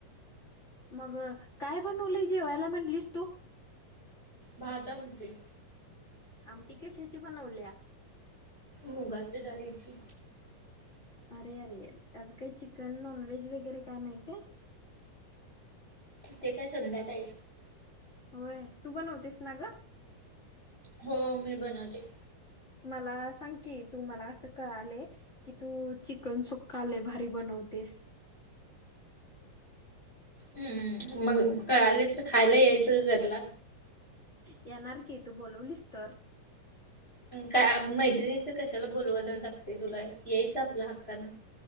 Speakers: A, on the left; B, on the left.
A: मग काय बनवलंय जेवायला म्हणलीस तू?
B: भात आमटी.
A: आमटी कशाची बनवल्या?
B: मुगाची डाळीची.
A: अरे, अरे, अरे, आज काय चिकन नॉनव्हेज वगैरे काय नाय काय?
B: ते काय संध्याकाळी.
A: होय, तू बनवतेस ना ग?
B: हो मी बनवते.
A: मला सांग कि, तू मला असं कळालय की तू चिकन सुक्का लय भारी बनवतेस.
B: हम्म, मग कळाले तर खायला यायचं ग घरला.
A: येणार की तू बोलवलीस तर.
B: काय मैत्रिणीच कशाला बोललावायला लागतय तुला यायच आपलं हक्कान.